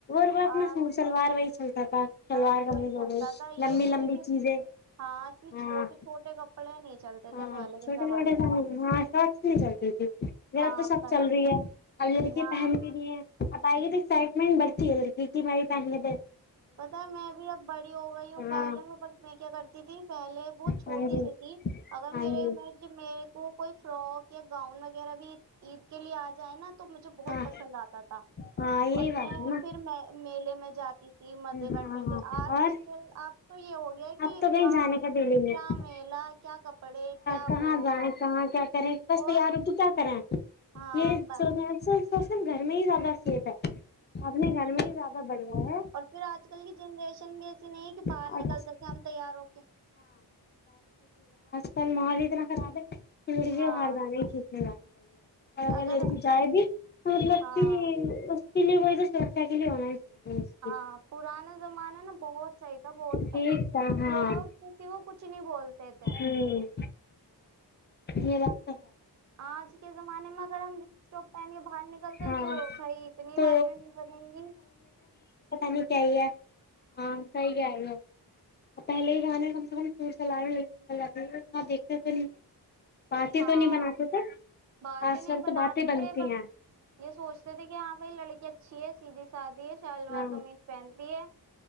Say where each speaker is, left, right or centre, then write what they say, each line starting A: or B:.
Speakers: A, on the left; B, on the right.
A: اپتنا
B: آج
A: سٹ سلوار و س تھا شلوار
B: بس یہی
A: کمیز ہو
B: چلتا
A: گئی
B: تھا یہ
A: لمبی
B: بھی
A: لمبی
B: نہیں کہ
A: چیزیں
B: ہاں کہ
A: ہاں
B: چھوٹے چھوٹے کپڑے نہیں چلتے
A: ہاں
B: تھے پہلے
A: چھوٹے
B: کے زمانے
A: چھوٹے
B: میں
A: ہاں شرٹس نہیں چلتی تھی ذرا
B: ہاں
A: تو سب
B: بس
A: چل رہی ہے اب لڑکی
B: یہاں
A: پہن بھی بھی ہے اپ آ گ اسائٹمنٹ بر لڑکی کی می پانی
B: پت میں بھی اب بڑی ہو گئی ہوں پہلے
A: ہاں
B: میں میں کیا کرتی تھی پہلے وہ چھوٹی
A: ہاں جی
B: سی تھی اگر
A: ہاں
B: میرے
A: جی
B: میں میرے کو کوئی فراک یا گاؤن وغیرہ بھی عید کے لیے آ جائے نا تو مجھے بہت
A: ہاں
B: پسند آتا تھا
A: ہاں یہی
B: اور
A: بات
B: میں
A: ہے نا
B: پھر میلے میں جات مزے
A: ہاں
B: کرتے
A: ہاں
B: تھے آج
A: اور
B: کل آپ تو یہ ہو گیا کہ
A: اب تو کہیں
B: کہاں
A: جانے کا
B: کیا
A: دل ہی نہیں کرتا
B: میلہ کیا کپڑے کیا
A: کہاں
B: وہ
A: جائیں
B: بس
A: کہاں کیا کریں بس
B: اور
A: تیارد کیا کریں
B: ہاں
A: یہ
B: بس
A: سگیا سے تو سر گھر میں ہی زیادہ سیف اپنے گھر میں ہی زیادہ بڑھیا ہے
B: اور پھر آج کل کی جنریشن بھی ایسی نہیں ہے کہ
A: اچھا
B: باہر نکل سکے ہم تیار ہو کے
A: ل ماحول اتنا خراب ہے زندگیوں
B: ہاں
A: ہر گانے کچنے گا بتائیے گا
B: اگر
A: ا جائے بھی م لتی
B: ہاں
A: ک لیے کوئی تو سرچا کے لیے ہونا ہے جس
B: ہاں پرانا زمانہ نا بہت صحیح تھا بہت صحیح
A: ٹھیک ہاں
B: لوگ کسی کو کچھ نہیں بولتے تھے
A: ہوں یہ رقت ہے
B: آج کے زمانے میں اگر ہم جس ٹاپ پہن کے باہر نکلتے ہیں
A: ہاں
B: تو بھائی اتنی
A: تو
B: باتیں نہیں بنےیں گی
A: نی چاہیے ہاں سی گ رہ پہلے ہی زان کم سے کم سور سلات آپ دیکھتےتے نہیں باتیں
B: ہاں
A: تو نہیں بناتے تھے
B: باتیں
A: آج
B: نہیں
A: کل تو
B: بناتے
A: باتیں بنتی
B: تھے بس
A: ہیں
B: یہ سوچتے تھے کہ ہاں بھائی لڑکی اچھی ہے سیددھی سادھی شلوار
A: ہاں
B: قمیص پہنتی ہے